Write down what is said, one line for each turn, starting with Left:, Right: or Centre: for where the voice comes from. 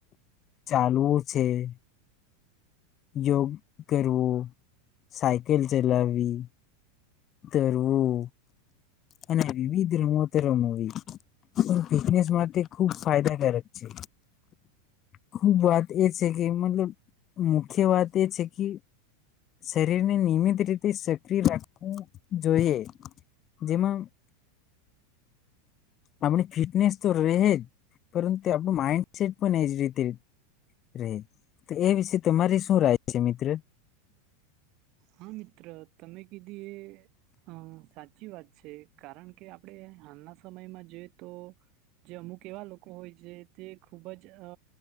Left: ચાલવું છે. યોગ કરવો સાયકલ ચલાવી તરવું અને વિવિધ રમત રમવી ફિટનેસ માટે ખૂબ ફાયદાકારક છે ખૂબ વાત એ છે કે મતલબ મુખ્ય વાત એ છે કી શરીરને નિયમિત રીતે સક્રિય રાખ જોઈએ જેમાં આપણી ફિટનેસ તો રહે જ પરંતુ આપણું માઈન્ડસેટ પણ એજ રીતે રહે તો એ વિશે તમારી શું રાાય છે મિત્ર.
Right: હા મિત્ર તમે કીધી એ હ સાચી વાત. છે કારણ કે આપણે હાલના સમયમાં જોઈએ તો જે અમુક એવા લોકો હોય છે તે ખુબ જ અ